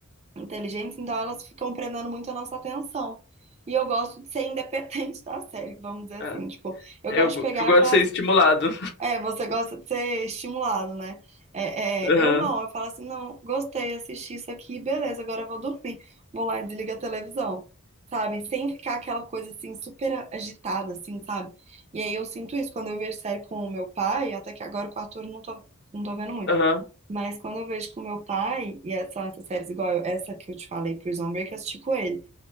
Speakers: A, on the right; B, on the left.
A: inteligentes, então elas ficam prendendo muito a nossa atenção. E eu gosto de ser independente <laughs> da série, vamos dizer
B: ah.
A: assim, tipo, eu
B: Eu,
A: gosto
B: go-
A: de pegar
B: eu gosto
A: e falar
B: de ser estimulado.
A: assim, É, você gosta de ser estimulado, né? É,
B: Aham,
A: é, eu não, eu falo assim, não, gostei, assisti isso aqui, beleza, agora eu vou dormir. Vou lá e desligo a televisão, sabe? Sem ficar aquela coisa assim, super agitada, assim, sabe? E aí eu sinto isso quando eu vejo série com o meu pai, até que agora com o Arthur eu não tô, não tô vendo muito.
B: aham.
A: Mas quando eu vejo com o meu pai, e é- são essas séries igual essa que eu te falei, Prison Break, eu assisti com ele.